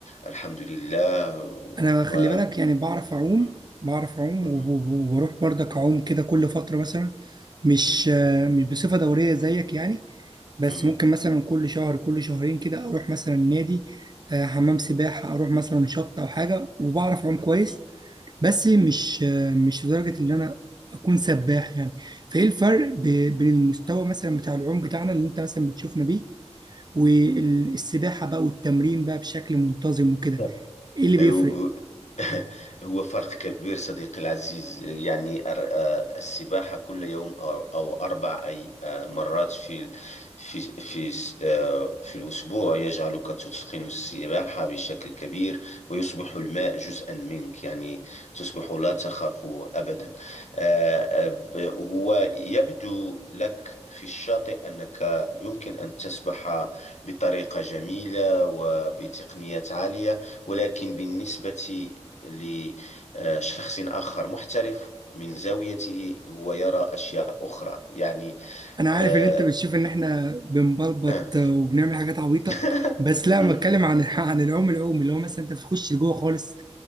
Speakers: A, on the left (about 80°); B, on the right (about 40°).
A: الحمد لله
B: انا خلي
A: و
B: بالك يعني بعرف اعوم
A: مم،
B: بعرف اعوم
A: مم،
B: وب- وب- وبروح برضك اعوم كده كل فتره مثلا مش
A: مم،
B: آه، مش بصفه دوريه زيك يعني بس
A: مم،
B: ممكن مثلا كل شهر كل شهرين كده اروح مثلا نادي آه، حمام سباحه اروح مثلا شط او حاجه وبعرف اعوم كويس
A: مم.
B: بس مش مش لدرجة إن أنا أكون سباح يعني فإيه الفرق ب- بين المستوى مثلا بتاع العوم بتاعنا اللي أنت مثلا بتشوفنا بيه والسباحة بقى والتمرين بقى بشكل منتظم وكده
A: <laughs>
B: إيه اللي بيفرق؟
A: هو <laughs> هو فرق كبير صديقي العزيز يعني أر- آه، السباحة كل يوم أو أو أربع أي آه، مرات في ال- في في س- آه، في الأسبوع يجعلك تتقن السباحة بشكل كبير ويصبح الماء جزءا منك يعني تصبح لا تخاف أبدا آه، آه، ب- هو يبدو لك في الشاطئ أنك يمكن أن تسبح بطريقة جميلة وبتقنيات عالية ولكن بالنسبة لشخص آخر محترف من زاويته هو يرى أشياء أخرى يعني
B: أنا
A: آه،
B: عارف إن أنت بتشوف إن إحنا بنبلبط
A: آه.
B: وبنعمل حاجات عبيطة
A: <laughs>
B: بس لا أنا بتكلم عن عن العوم العوم اللي هو مثلا أنت بتخش لجوه خالص